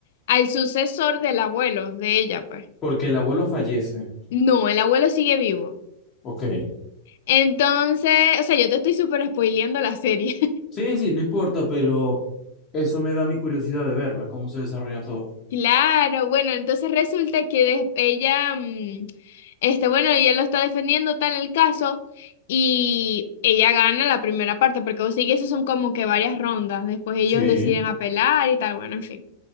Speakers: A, on the left; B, on the left.
A: al sucesor del abuelo de ella, pues.
B: Porque el abuelo fallece.
A: No, el abuelo sigue vivo.
B: Ok.
A: Entonces, o sea, yo te estoy súper spoileando la serie. <laughs>
B: Sí, sí, no importa, pero eso me da mi curiosidad de verla, cómo se desarrolla todo.
A: Claro, bueno, entonces resulta que des- ella, mm, este, bueno, ella lo está defendiendo tal el caso y ella gana la primera parte, porque vos sí que eso son como que varias rondas, después ellos
B: Sí.
A: deciden apelar y tal, bueno, en fin.